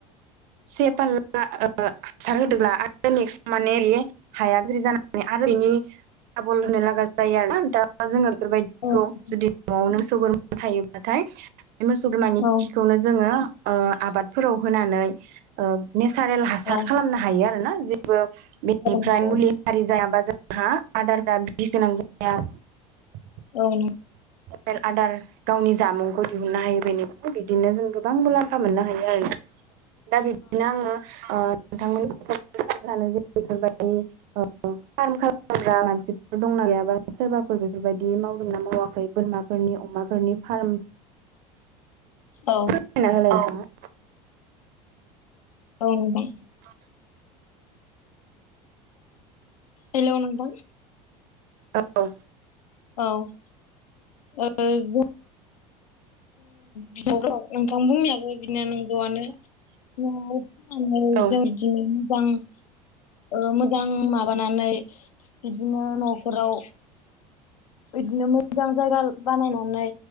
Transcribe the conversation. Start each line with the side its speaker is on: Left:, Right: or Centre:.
Right: से फाल हासार होदोंब्ला आरो नेकस माने हाया जाया <unintelligible> माने आरो बिनि दाबल होनो लागा जायो आरोन दा मा जोङो <unintelligible> बेफोरबायदिखौ
Left: औ नंगौ
Right: जुदि न'आवनो मोसौ बोरमा थायोब्लाथाय बे मोसौ बोरमानि
Left: औ
Right: खिखौनो जोङो आबादफोराव होनानै नेसारेल हासार
Left: औ
Right: खालामनो हायो आरोना जेबो बेनिफ्राय
Left: नंगौ
Right: मुलि
Left: औ
Right: हारि जायाबा जोंहा आदारफ्रा बिस गोनां जाया <unintelligible>
Left: औ। नो <inaudible>
Right: रेल <unintelligible> आदार गावनि जामुंखौ दिहुननो हायो बेनिफ्राय बिदिनो जों गोबां मुलाम फा मोननो हायो आरो दा बिदिनो आङो नोंथांमोनखौ <unintelligible> जा जानो बेफोरबायदि <unintelligible> फार्म खालामग्रा मानसिफोर दंना गैयाबा सोरबाफोर बेफोरबायदि मावदोंना मावाखै बोरमा फोरनि अमाफोरनि फार्म
Left: औ
Right: औ <unintelligible>
Left: औ नोंथां
Right: औ
Left: हेल नोंथां
Right: औ
Left: औ बिब' नोंथां बुंनायाबो बिनो नंगौआनो <unintelligible> फाननानै
Right: औ
Left: जों बिदिनो गोबां <unintelligible> ओ मोजां माबानानै बिदिनो न'फोराव इदिनो मोजां जायगा बानायनानै